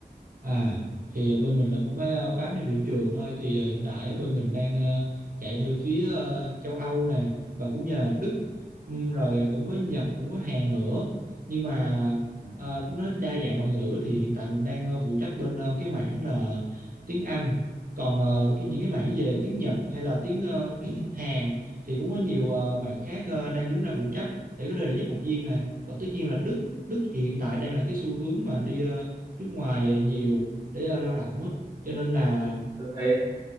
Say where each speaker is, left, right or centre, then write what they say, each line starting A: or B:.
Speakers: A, on the right; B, on the right.
A: À thì à, bên mình là cũng phải ờ, bám theo thị trường thôi thì ờ, hiện tại bên mình đang ờ, chạy theo phía ờ, châu Âu nè và cũng như là Đức Ừm, rồi à, cũng có Nhật cũng có Hàn nữa nhưng mà
B: À,
A: ờ, nó đa dạng ngoại ngữ thì hiện tại mình đang ờ, phụ trách bên ờ, cái mảng là tiếng Anh còn ờ, cái, những cái mảng về tiếng Nhật hay là tiếng ờ, <clears throat> Hàn thì cũng có nhiều ờ, bạn khác ờ, đang đứng ra phụ trách để có thể là giúp học viên nè và tất nhiên là Đức Đức hiện tại đang là cái xu hướng mà đi à, nước ngoài nhiều để ờ, lao động á cho nên là
B: tôi thấy